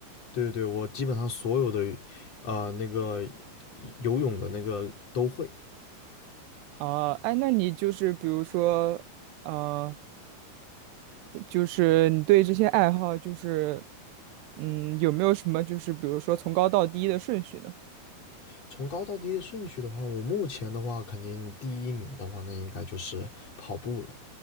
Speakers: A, on the left; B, on the right.
A: 对对对，我基本上所有的呃那个游泳的那个都会。
B: 啊？哎，那你就是比如说，嗯，就是你对这些爱好就是，嗯，有没有什么就是比如说从高到低的顺序呢？
A: 从高到低的顺序的话，我目前的话，肯定第一名的话，那应该就是跑步了。